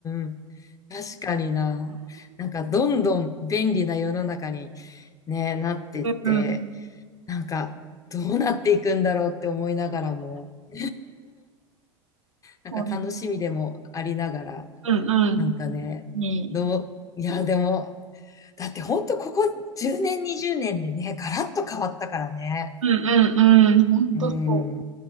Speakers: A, on the left; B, on the right.
A: ーん。確かにな。なんか、どんどん便利な世の中に、ね、なってって、
B: うん。
A: なんか、どうなっていくんだろうって思いながらも、<laughs> なんか楽しみでもありながら、
B: うん。うん。うん。うん。うん。
A: なんかね、
B: うんねえ
A: どう、いや、でも、だってほんとここ10年、20年でね、ガラッと変わったからね。
B: うんうんうん。ほんとそう。
A: うん。